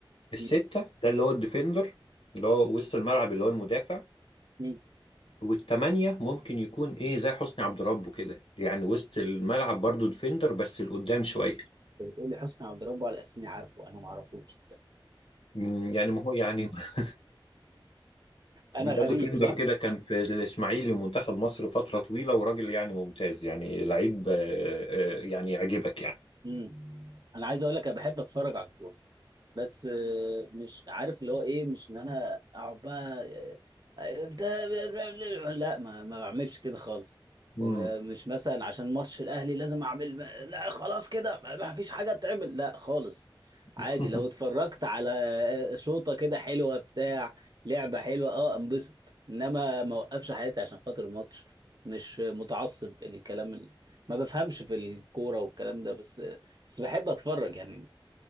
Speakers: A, on the left (about 75°); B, on the right (about 50°).
A: الستة
B: مم.
A: ده اللي هو الديفندر اللي هو وسط الملعب اللي هو المدافع
B: مم.
A: والتمانية ممكن يكون ايه زي حسني عبد ربه كده يعني وسط الملعب برضو ديفندر بس لقدام شوية
B: انت بتقول لي حسني عبد ربه على اساس اني عارفه انا ما اعرفوش
A: مم، يعني ما هو يعني <laughs>
B: انا
A: ده
B: غريب
A: ديفندر
B: صح؟
A: كده كان في الاسماعيلي ومنتخب مصر فترة طويلة وراجل يعني ممتاز يعني لعيب آه، آه، يعني يعجبك يعني
B: مم. انا عايز اقول لك انا بحب اتفرج على الكوره بس آه، مش عارف اللي هو ايه مش ان انا اقعد بقى آه، آه، بتاع- لا ما ما بعملش كده خالص
A: مم.
B: ومش مثلا عشان ماتش الاهلي لازم اعمل لا خلاص كده ما ما فيش حاجه تعمل لا خالص
A: <laughs>
B: عادي لو اتفرجت على آه، شوطه كده حلوه بتاع لعبه حلوه اه انبسط انما ما اوقفش حياتي عشان خاطر الماتش مش متعصب الكلام ال... ما بفهمش في الكوره والكلام ده بس بس بحب اتفرج يعني